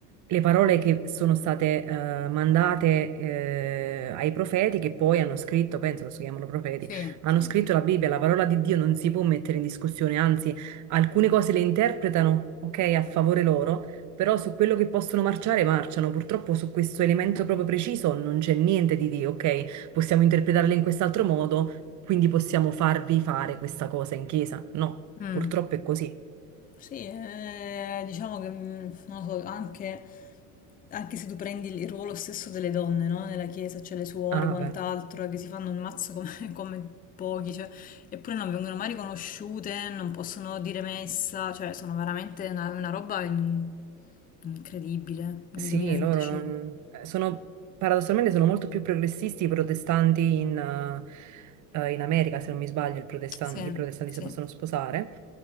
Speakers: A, on the right (about 40°); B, on the left (about 20°).
A: Le parole che sono state eh, mandate eh, ai profeti, che poi hanno scritto, penso che si chiamano profeti,
B: Sì,
A: hanno
B: sì.
A: scritto la Bibbia, la parola di Dio non si può mettere in discussione, anzi, alcune cose le interpretano, ok, a favore loro però su quello che possono marciare, marciano. Purtroppo su questo elemento proprio preciso non c'è niente di di, ok, possiamo interpretarle in quest'altro modo, quindi possiamo farvi fare questa cosa in chiesa. No,
B: Mm.
A: purtroppo è così.
B: Sì, eh, diciamo che mm, non lo so, anche, anche se tu prendi il ruolo stesso delle donne, no? Nella chiesa c'è le suore,
A: Ah,
B: quant'altro,
A: beh,
B: eh, che si fanno il mazzo come, <laughs> come pochi, cioè, eppure non vengono mai riconosciute, non possono dire messa, cioè sono veramente una, una roba in- incredibile nel
A: sì,
B: 2025.
A: loro non... sono, paradossalmente sono molto più progressisti i protestanti in, eh, eh, in America, se non mi sbaglio, il protestan-
B: Sì,
A: i protestanti
B: sì.
A: si possono sposare.